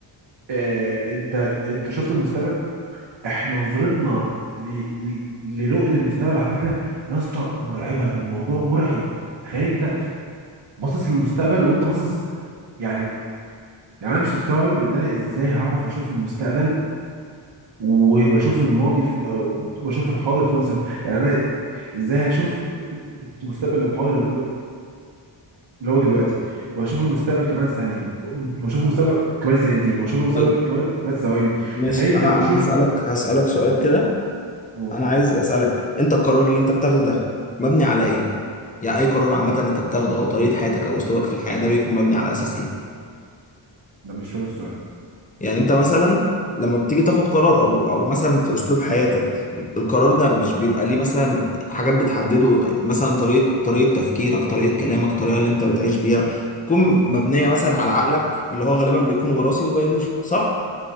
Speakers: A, on the right (about 60°); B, on the left (about 15°).
A: آه انت انت شفت المستقبل احنا نظرتنا ل... ل... لرؤية المستقبل على فكرة يا اسطى مرعبة الموضوع مرعب تخيل انت باصص للمستقبل وانت باصص يعني يعني انا مش مستوعب ان انا ازاي هعرف اشوف المستقبل وبشوف الماضي في أو بشوف الحاضر في نفس الوقت يعني انا ازاي هشوف المستقبل الحاضر اللي هو دلوقتي واشوف المستقبل كمان ثانيه واشوف المستقبل كمان ثانيتين واشوف المستقبل
B: طيب
A: كمان ثلاث ثواني
B: ماشي
A: تخيل انت
B: انا
A: بتشوف
B: انا هسالك هسالك سؤال كده
A: و- و-
B: انا عايز اسالك انت القرار اللي انت بتاخده ده مبني على ايه يعني اي قرار عامه انت بتاخده او طريقه حياتك او اسلوبك في الحياه ده بيكون مبني على اساس ايه
A: لا مش فاهم السؤال
B: يعني انت مثلا لما بتيجي تاخد قرار او او مثلا في اسلوب حياتك القرار ده مش بيبقى ليه مثلا حاجات بتحدده مثلا طريقه طريقه تفكيرك طريقه كلامك الطريقه اللي انت بتعيش بيها تكون مبنيه مثلا على عقلك اللي هو غالبا بيكون وراثي وبيولوجي صح